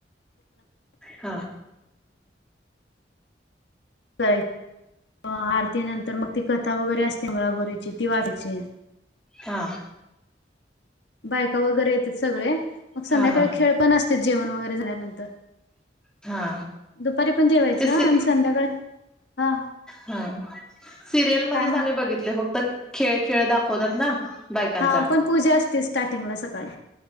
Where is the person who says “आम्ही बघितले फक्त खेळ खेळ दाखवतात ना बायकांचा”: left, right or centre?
Centre